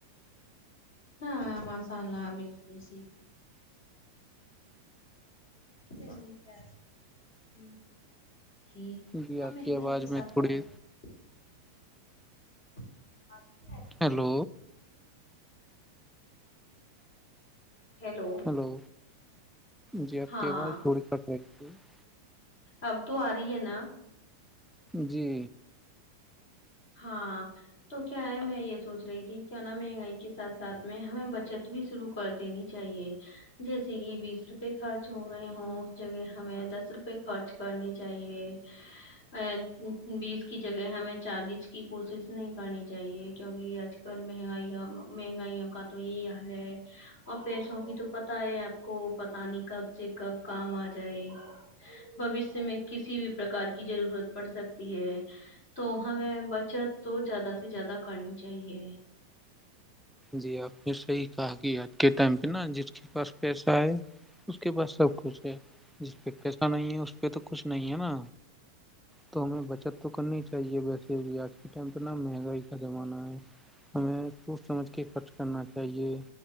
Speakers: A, on the left; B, in the centre.
A: ہاں ماشاء اللہ بالکل جی میں نہیں خ ہ
B: جی
A: اور
B: آپ
A: مہنگائی
B: کی آواز
A: کے
B: میں
A: ساتھ
B: تھوڑی
A: ساتھ ا <inaudible>
B: ہیلو
A: ہیلو
B: ہلو جی آپ
A: ہاں
B: کی آواز تھوڑی کٹ <inaudible>
A: اب تو آ رہی ہے نا
B: جی
A: ہاں تو کیا ہے میں یہ سوچ رہی تھی کی نہ مہنگائی کے ساتھ ساتھ میں ہمیں بچت بھی شروع کر دینی چاہیے جیسے کہ بیس روپے خرچ ہو رہے ہ اس جگہ ہمیں دس روپے خرچ کرنے چاہیے ا بیس کی جگہ ہمیں چالیس کی کوشش نہیں کرنی چاہیے کیوںکہ آج کل مہنگائی مہنگائیوں کا تو یہی حال ہے اور پیسوں کی تو پت ہے آپ کو پتا نہیں کب سے کب کام آ جائے بش میں کسی کی ضرورت پڑ سکتی ہے تو ہمیں بچت تو زیادہ سے زیادہ کرنی چاہیے
B: جی آپ نے صحیح کہا کہ آج کے ٹائم پہ نا جس کے پاس پیسہ ہے اس کے پاس سب کچھ ہے جس پہ پیسہ نہیں ہے اس پہ تو کچھ نہیں ہے نا تو ہمیں بچت تو کرنی چاہیے ویسے آج کے ٹائم پہ نا مہنگائی کا زمانہ ہے ہمیں سوچ سمجھ کے خرچ کرنا چاہیے